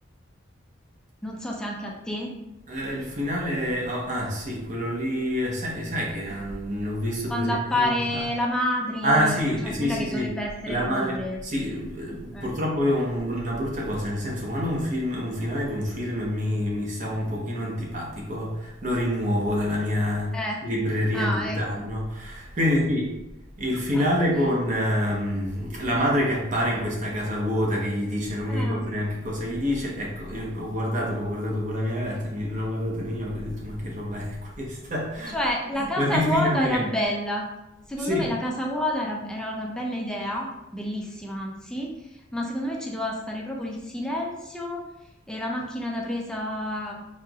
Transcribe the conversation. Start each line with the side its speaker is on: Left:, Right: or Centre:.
Centre: non so se anche a te,
Right: Eh, il finale, oh, ah sì, quello lì, eh, sai, sai che eh, l'ho visto
Centre: quando
Right: due settimane
Centre: appare
Right: fa.
Centre: la madre,
Right: Ah sì,
Centre: cioè
Right: eh, sì,
Centre: quella
Right: sì,
Centre: che
Right: sì,
Centre: dovrebbe essere
Right: la
Centre: la
Right: madre,
Centre: madre.
Right: sì, eh,
Centre: Eh.
Right: purtroppo io ho un- una brutta cosa, nel senso quando un film, un finale di un film mi, mi sta un pochino antipatico, lo rimuovo dalla mia
Centre: Eh.
Right: libreria
Centre: Ah,
Right: mentale,
Centre: ecco.
Right: no? Quindi sì, il finale
Centre: <laughs>
Right: con ehm, la madre che appare in questa casa vuota che gli dice, non mi
Centre: Eh.
Right: ricordo neanche cosa gli dice, ecco, io ho guardato, l'ho guardato con la mia ragazza, mi- l'ho guardata negli occhi e ho detto, ma che roba è questa?
Centre: Cioè, la
Right: <laughs>
Centre: casa
Right: Ma che finale
Centre: vuota era
Right: è?
Centre: bella. Secondo
Right: Sì.
Centre: me la casa vuota era, era una bella idea, bellissima anzi, ma secondo me ci doveva stare proprio il silenzio e la macchina da presa